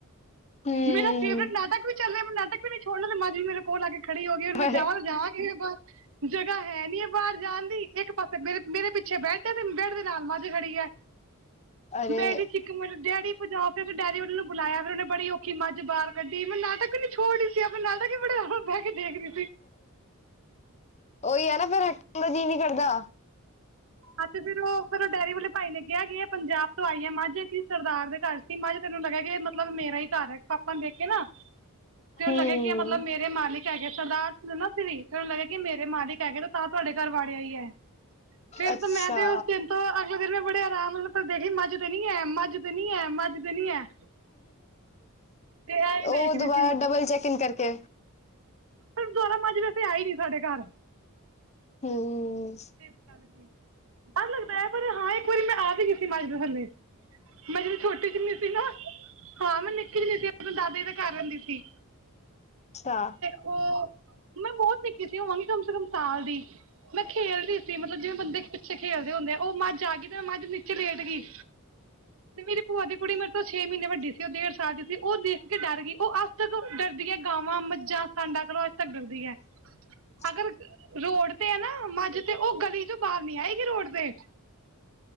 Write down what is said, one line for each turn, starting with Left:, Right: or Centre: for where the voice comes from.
Left: ਹਮ
Right: ਮੇਰਾ ਫੇਵਰੇਟ ਨਾਟਕ ਵੀ ਚੱਲਿਆ ਮੈਂ ਨਾਟਕ ਵੀ ਨੀ ਛੋੜਨਾ, ਤੇ ਮਾਝ ਵੀ ਮੇਰੇ ਕੋਲ ਆ ਕੇ ਖੜੀ ਹੋ ਗਈ ਮੈਂ
Left: ਅਰੇ
Right: ਜਾਵਾਂ ਤੇ ਜਾਵਾਂ ਕਿਦੇ ਕੋਲ ਜਗ੍ਹਾ ਹੈ ਨੀ ਐ ਬਾਰ ਜਾਣ ਦੀ ਇੱਕ ਪਾਸੇ ਮੇਰੇ, ਮੇਰੇ ਪਿੱਛੇ ਬੈਡ ਹੈ, ਤੇ ਬੈਡ ਦੇ ਨਾਲ ਮੱਝ ਖੜੀ ਐ।
Left: <inaudible> ਅਰੇ
Right: ਮੈ ਐਡੀ ਚੀਕਾਂ ਮਾਰੀ, ਡੈਡੀ ਭਜਾ ਫਿਰ ਤੇ ਡੈਡੀ ਨੂੰ ਬੁਲਾਇਆ ਫਿਰ ਓਨੇ ਬੜੀ ਔਖੀ ਮੱਝ ਬਾਰ ਕੱਡੀ ਮੈਂ ਨਾਟਕ ਨੀ ਛੋੜ ਰਹੀ ਸੀ ਆਪ ਨਾਟਕ ਹੀ ਬੜੇ ਅਰਾਮ ਬੈ ਕੇ ਦੇਖ ਰੀ ਸੀ।
Left: ਓਹੀ ਹੈ ਨਾ ਫੇਰ ਜੀਅ ਨੀ ਕਰਦਾ।
Right: ਅਸੀਂ ਫੇਰ ਓ ਫੇਰ ਓ ਡੈਰੀ ਵਾਲੇ ਭਾਈ ਨੇ ਕੇਆ ਕਿ ਏ ਪੰਜਾਬ ਤੋਂ ਆਈ ਏ ਮਾਝ ਕਿਸਿ ਸਰਦਾਰ ਦੇ ਘਰ ਤੇ ਮਾਝ ਨੂੰ ਲੱਗੇਆ ਕਿ, ਮਤਲਬ ਮੇਰਾ ਈ ਘਾਰ ਏ ਪਾਪਾ ਨੂੰ ਦੇਖ ਕੇ ਨਾ
Left: <inaudible>
Right: ਤੇ ਓਨੂੰ
Left: ਹਮ
Right: ਲੱਗੇਆ ਕਿ, ਏ ਮਤਲਬ ਮੇਰੇ ਈ ਮਾਲਿਕ ਸਰਦਾਰ ਅਸੀ ਵੀ ਏਨੂੰ ਲੱਗੇਆ ਕਿ ਮੇਰੇ ਮਾਲਿਕ ਹੈਗੇ ਨੇ ਓ ਤਾਂ ਤੁਹਾਡੇ ਘਾਰ ਵਾੜ ਆਈ ਐ। ਫੇਰ
Left: ਅੱਛਾ
Right: ਤੇ ਮੈਂ ਤੇ ਓਸ ਦਿਨ ਤੋਂ ਅਗਲੇ ਦਿਨ ਫੇਰ ਮੈਂ ਬੜੇ ਅਰਾਮ ਨਾਲ ਸੀ ਮੱਝ ਤੇ ਨੀ ਹੈ, ਮਾਝ ਤੇ ਨੀ ਮੱਝ ਤੇ ਨੀ ਹੈ-ਮੱਝ ਤੇ ਨੀ ਹੈ ਤੇ ਐਂ ਹੀ
Left: ਓ
Right: ਦੇਖ ਰਹੀ
Left: ਦੁਬਾਰਾ ਡਬਲ ਚੈਕਿੰਗ ਕਰਕੇ
Right: ਦੁਆਰਾ ਮੱਝ ਵੈਸੇ ਆਈ ਨੀ ਸਾਡੇ ਘਰ
Left: ਹੂੰ
Right: ਇਸ ਡਰ ਲੱਗਦਾ ਹੈ ਪਰ ਹਾਂ ਇੱਕ ਵਾਰੀ ਮੈਂ ਆ ਵੀ ਗਈ ਸੀ ਮੱਝ ਦੇ ਥੱਲੇ ਮੈਂ ਜਦੋਂ ਛੋਟੀ ਜਿਨੀ ਸੀ ਨਾ, ਹਾਂ ਮੈਂ ਨਿੱਕੀ ਜਿਨੀ ਸੀ ਅਪਨੇ ਦਾਦਾ ਜੀ ਦੇ ਘਰ ਰੈਂਦੀ ਸੀ।
Left: ਅੱਛਾ
Right: ਓ, ਮੈਂ ਬੋਹੋਤ ਨਿੱਕੀ ਸੀ ਹੋਵਾਂਗੀ ਕਮ ਸੇ ਕਮ ਸਾਲ ਦੀ ਮੈਂ ਖੇਲ ਮਤਲਬ ਜਿਵੇਂ ਬੰਦੇ ਪਿੱਛੇ ਖੇਲਦੇ ਹੁੰਦੇ ਏ ਓ ਮੱਝ ਆ ਗਈ ਤੇ ਮੱਝ ਨੀਚੇ ਲੇਟ ਗਈ ਤੇ ਮੇਰੀ ਭੂਆ ਦੀ ਕੁੜੀ ਮੇਰੇ ਤੋਂ ਜੇਂ ਮੀਨੇ ਵੱਡੀ ਸੀ ਓ ਡੇਢ ਸਾਲ ਦੀ ਸੀ ਓ ਦੇਖ ਕੇ ਡਾਰ ਗਈ ਓ ਆਸ ਡਰਦੀ ਹੈ ਗਾਵਾਂ, ਮੱਝਾਂ, ਸਾਂਡਾ ਕੋਲ਼ੋਂ ਅੱਜ ਤੱਕ ਡਰਦੀ ਐਂ।
Left: <inaudible>
Right: ਅਗਰ ਰੋਡ ਤੇ ਹੈ ਨਾ ਮੱਝ ਤੇ ਉਹ ਗਲੀ ਤੋਂ ਬਾਹਰ ਨੀ ਆਏਗੀ ਰੋਡ ਤੇ